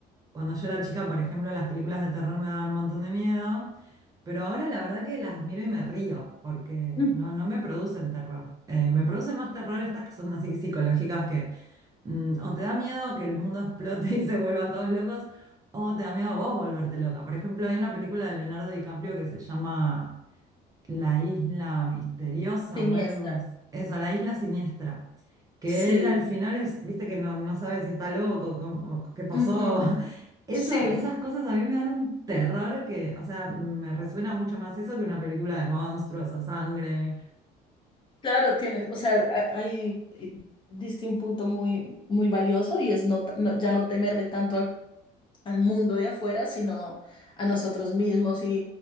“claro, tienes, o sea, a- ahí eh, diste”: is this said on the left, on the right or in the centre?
Left